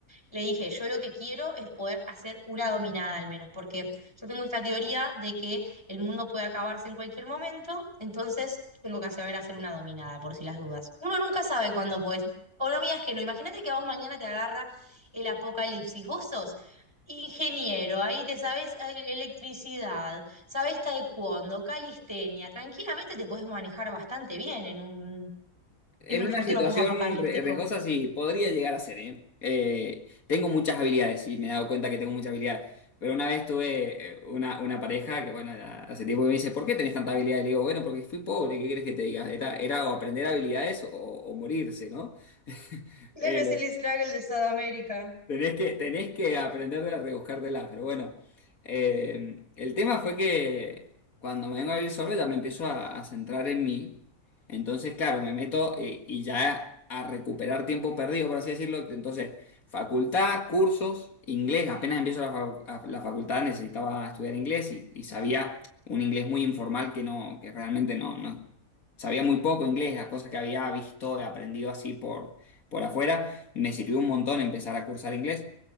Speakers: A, on the right; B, on the left.
A: le dije, yo lo que quiero es poder hacer una dominada al menos, porque yo tengo esta teoría de que el mundo puede acabarse en cualquier momento, entonces tengo que saber hacer una dominada por si las dudas. Uno nunca sabe cuándo puedes. O no, mías que no. Imagínate que a vos mañana te agarra el apocalipsis. Vos sos Ingeniero, ahí te sabes eh, electricidad, sabes taekwondo, calistenia, tranquilamente te puedes manejar bastante bien en un,
B: En
A: en un
B: una
A: futuro
B: situación
A: post-apocalíptico.
B: re- riesgosa sí, podría llegar a ser, ¿eh? Eh, tengo muchas habilidades y me he dado cuenta que tengo muchas habilidades. Pero una vez tuve eh, una, una pareja que, bueno, ya hace tiempo que me dice, ¿por qué tenés tanta habilidad? Y le digo, bueno, porque fui pobre, ¿qué querés que te diga? Era, era o aprender habilidades o, o morirse, ¿no?
A: Claro,
B: Eh,
A: es el struggle de Sudamérica.
B: Tenés que, tenés que aprender de rebuscártela, pero bueno. Eh, el tema fue que cuando me vengo a vivir solo ya me empiezo a, a centrar en mí. Entonces, claro, me meto eh, y, ya a recuperar tiempo perdido, por así decirlo. Entonces, facultad, cursos, inglés. Apenas empiezo la, fa- a- la facultad necesitaba estudiar inglés y, y sabía un inglés muy informal que no, que realmente no, no. Sabía muy poco inglés, las cosas que había visto y aprendido así por, por afuera. Me sirvió un montón empezar a cursar inglés.